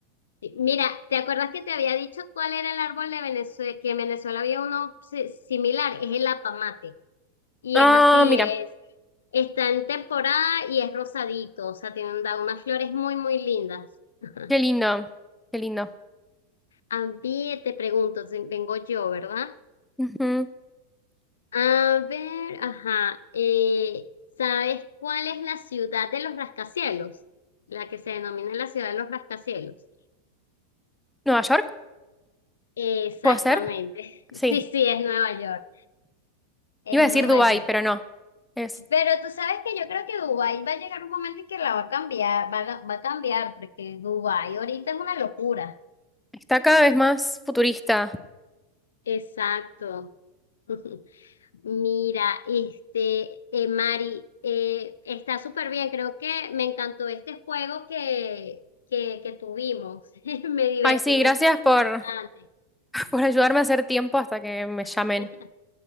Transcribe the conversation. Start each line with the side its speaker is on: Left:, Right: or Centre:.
Left: Sí, Mira, ¿te acuerdas que te había dicho cuál era el árbol de Venezuela? Que en Venezuela había uno si- similar, es el apamate. Y
Centre: Ah,
Left: es así,
Centre: mira,
Left: es, está en temporada y es rosadito, o sea, tiene un- da unas flores muy, muy lindas. <laughs>
Centre: qué lindo, qué lindo.
Left: A ver, te pregunto, si vengo yo, ¿verdad?
Centre: Ujú.
Left: A ver, ajá, eh, ¿sabes cuál es la ciudad de los rascacielos? La que se denomina la ciudad de los rascacielos.
Centre: ¿Nueva York?
Left: Exactamente.
Centre: ¿Puede ser?
Left: <laughs>
Centre: Sí.
Left: Sí, sí, es Nueva York. Es
Centre: Iba a
Left: Nueva
Centre: decir Dubái,
Left: York.
Centre: pero no. Es,
Left: Pero tú sabes que yo creo que Dubái va a llegar un momento en que la va a cambiar, va a, va a cambiar, porque Dubái ahorita es una locura.
Centre: está cada vez más futurista.
Left: Exacto. <laughs> Mira, este, eh, Mari, eh, está súper bien. Creo que me encantó este juego que, que, que tuvimos. <laughs> Me divertí,
Centre: Ay, sí,
Left: me
Centre: gracias
Left: entretuve
Centre: por,
Left: bastante.
Centre: <laughs> por ayudarme a hacer tiempo hasta que me llamen.
Left: <laughs>